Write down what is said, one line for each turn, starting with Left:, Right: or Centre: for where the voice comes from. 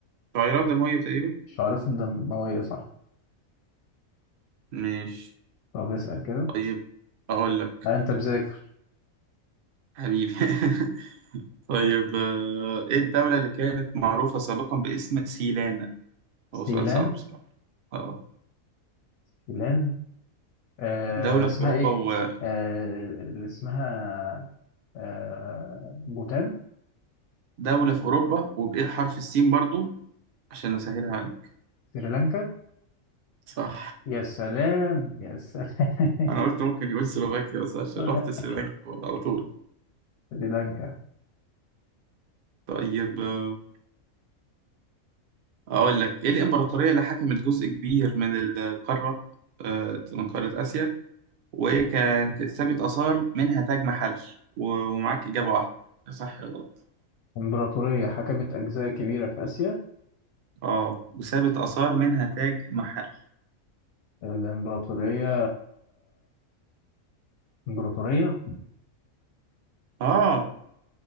Right: تغيرات دموية تقريبا
Left: الشعيرات الدموية صح
Right: مش
Left: طب اسأل كده
Right: طيب أقول لك
Left: لا أنت مذاكر
Right: حبيبي <laughs> طيب آه، إيه الدولة اللي كانت معروفة سابقا باسم سيلانا؟
Left: سيلان
Right: هو سؤال صعب بصراحة اه
Left: سيلان آه
Right: دولة
Left: اسمها
Right: في أوروبا
Left: إيه آه اللي اسمها آه بوتان
Right: ودولة في أوروبا وبإيه حرف السين برضو عشان نسهلها عليك
Left: سريلانكا
Right: صح
Left: يا سلام يا سلام
Right: <laughs> انا قلت ممكن يقول سلوفاكيا بس عشان
Left: <laughs>
Right: رحت سلوفاكيا على طول
Left: سريلانكا
Right: طيب آه، اقول لك ايه الامبراطوريه اللي حكمت جزء كبير من القاره آه، من قاره اسيا وكان سابت اثار منها تاج محل و- ومعاك اجابه واحده يا صح يا غلط
Left: إمبراطورية حكمت أجزاء كبيرة في آسيا
Right: اه وسابت اثار منها تاج محل
Left: الإمبراطورية إمبراطورية
Right: اه